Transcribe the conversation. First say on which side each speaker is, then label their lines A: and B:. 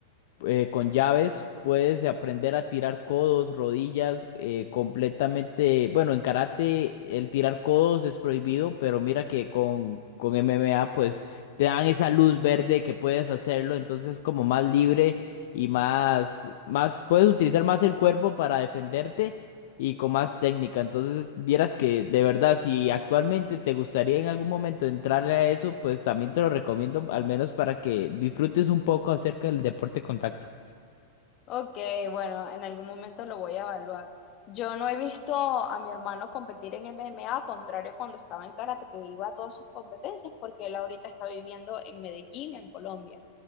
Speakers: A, on the left (about 60°); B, on the left (about 40°).
A: eh, con llaves, puedes aprender a tirar codos, rodillas, eh, completamente, bueno, en karate el tirar codos es prohibido, pero mira que con, con MMA pues te dan esa luz verde que puedes hacerlo, entonces es como más libre y más, más, puedes utilizar más el cuerpo para defenderte y con más técnica. Entonces, vieras que de verdad, si actualmente te gustaría en algún momento entrarle a eso, pues también te lo recomiendo, al menos para que disfrutes un poco acerca del deporte contacto.
B: Ok, bueno, en algún momento lo voy a evaluar. Yo no he visto a mi hermano competir en MMA, contrario a cuando estaba en karate, que iba a todas sus competencias, porque él ahorita está viviendo en Medellín, en Colombia.